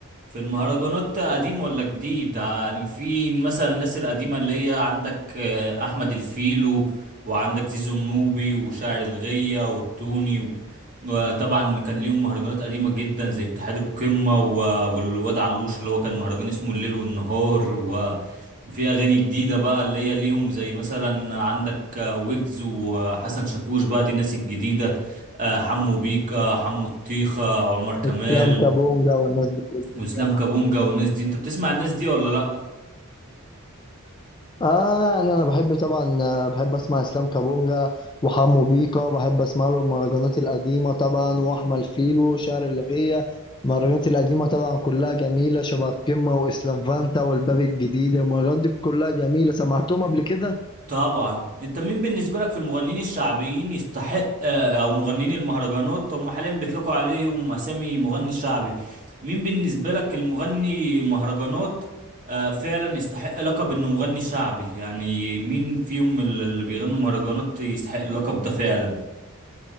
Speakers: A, on the right; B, on the left.
A: في المهرجانات قديم ولا جديد يعني في مثلا الناس القديمة اللي هي عندك آه، أحمد الفيلو وعندك زيزو النوبي وشاعر الغية والتوني و- وطبعا اللي كان ليهم مهرجانات قديمة جدا زي اتحاد القمة و- والواد علوش اللي هو كان مهرجان اسمه الليل والنهار وفي أغاني جديدة بقى اللي هي ليهم زي مثلا عندك آه، ويجز وحسن شاكوش بقى دي الناس الجديدة آه، حمو بيكا حمو الطيخة عمر كمال
B: افلام كابونجا والناس دي كلها
A: واسلام كابونجا والناس دي انت بتسمع الناس دي ولا لا
B: اه يعني انا بحب طبعا آه، بحب اسمع اسلام كابونجا وحمو بيكا بحب اسمع له المهرجانات القديمه طبعا واحمد فيلو شعر الغية المهرجانات القديمه طبعا كلها جميله شبه القمه واسلام فانتا والباب الجديد المهرجانات دي كلها جميله سمعتهم قبل كده
A: طبعا انت مين بالنسبه لك في المغنيين الشعبيين يستحق آه، او مغنيين المهرجانات هم حاليا بيطلقوا عليهم اسامي مغني شعبي مين بالنسبه لك المغني مهرجانات آه، فعلا يستحق لقب انه مغني شعبي يعني مين فيهم اللي بيغنوا مهرجانات يستحق اللقب ده فعلا